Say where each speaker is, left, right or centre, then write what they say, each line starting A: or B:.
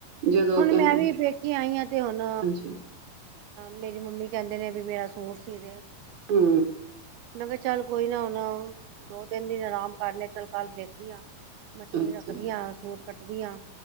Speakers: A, on the right; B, on the right.
A: ਜਦੋਂ
B: ਹੁਣ
A: ਕਹਿ
B: ਮੈਂ ਵੀ ਪੇਕੇ ਆਈ ਆਂ। ਕਿ ਹੁਣ
A: ਹਾਂਜੀ
B: ਮੇਰੀ ਮੰਮੀ ਕਹਿੰਦੇ ਨੇ ਵੀ ਮੇਰਾ ਸੂਟ ਸੀ ਦੇ
A: ਹੂੰ
B: ਮੈਂ ਕਿਆ ਚੱਲ ਕੋਈ ਨਾ ਹੁਣ ਦੋ ਤਿੰਨ ਦਿਨ ਆਰਾਮ ਕਰ ਲਿਆ। ਚੱਲ ਕੱਲ ਦੇਖਦੀ ਆਂ। ਮਸ਼ੀਨ
A: ਅੱਛਾ
B: ਰੱਖ ਦੀਆਂ ਸੂਟ ਕੱਟਦੀ ਆ।